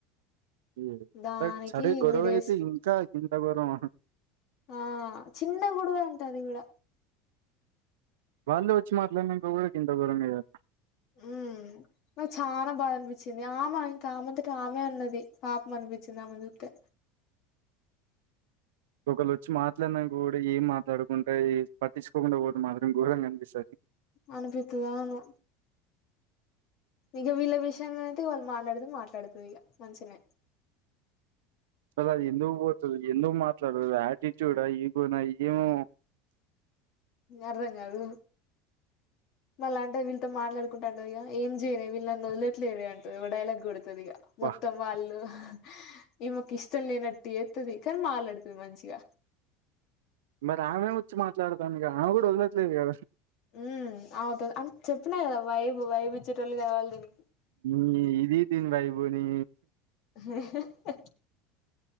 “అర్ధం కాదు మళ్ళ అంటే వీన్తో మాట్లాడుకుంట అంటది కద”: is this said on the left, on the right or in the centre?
Left